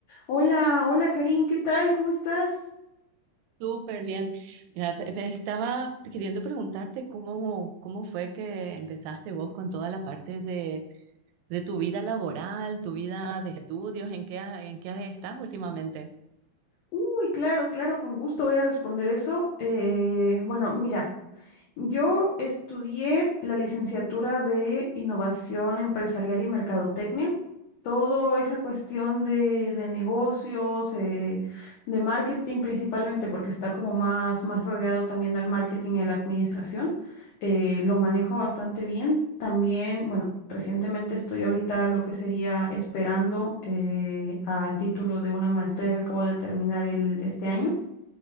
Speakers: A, on the left; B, on the right.
A: Hola, hola Karin, ¿qué tal? ¿Cómo estás?
B: Súper bien. Mira, te- te estaba queriendo preguntarte cómo, cómo fue que empezaste vos con toda la parte de, de tu vida laboral, tu vida de estudios, en qué, ha- en qué estás últimamente.
A: Uy, claro, claro, con gusto voy a responder eso. Eh, bueno, mira. Yo estudié la licenciatura de Innovación Empresarial y Mercadotecnia. Toda esa cuestión de, de negocios, eh, de marketing principalmente, porque está como más, más rodeado también al marketing y a la administración, eh, lo manejo bastante bien. También, bueno, recientemente estoy ahorita lo que sería esperando eh, al título de una maestría que acabo de terminar el, este año